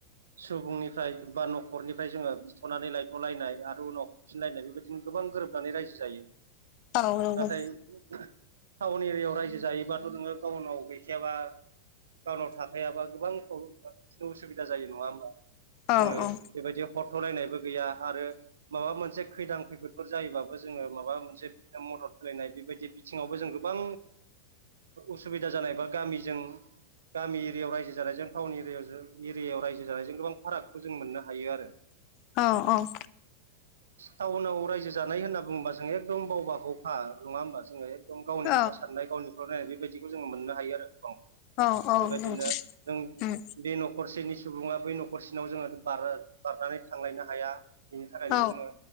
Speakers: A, on the right (about 65°); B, on the left (about 40°).
A: सुबुंनिफ्राय बा न'खरनिफ्राय जोङो बिथ'नानै लायथ'लायनाय आरो उनाव थिनायनाय बेबायदिनो गोबां गोरोबनानै रायजो जायो
B: औ नंगौ
A: नाथाय टाउन एरियायाव रायजो जायोबाथ' नोङो गाउनाव गैखायाबा। टाउनाव थाखायाबा गोबां प्रब्ले बिदिनो उसुबिदा जायो नङा होमबा
B: औ
A: जोङो।
B: औ
A: बेबायदि हरथ'लायनायबो गैया आरो। माबा मोनसे खैदां खैफोदफोर जायोबाबो जोङो माबा मोनसे बिदिनो मदद होलायनाय बेबायदि सिङावबो जों गोबां उसुबिदा जानाय बा गामिजों। गामि एरियायाव रायजो जानायजों टाउन एरि एरियायाव रायजो जानायजों गोबां फारागखौ जों मोननो हायो आरो। <inaudible>
B: औ औ
A: टाउनाव रायजो जानाय होनना बुङोबा जोंङो एकदम बावबाखौखा नङा होमबा जोङो। एकदम गावनिखौलाव
B: औ
A: साननाय गावनिखौाव नाय बेबायदिखौ जोङो मोननो हायो आरो गोबांखौ।
B: औ औ
A: बेबायदिनो
B: नंगौ
A: नों
B: उम
A: बे न'खर। न'खरसेनि सुबुङा बै न'खरसेनाव जोङो बारनानै थांलायनो हाया बेनि थाखायनो
B: औ
A: जोङो।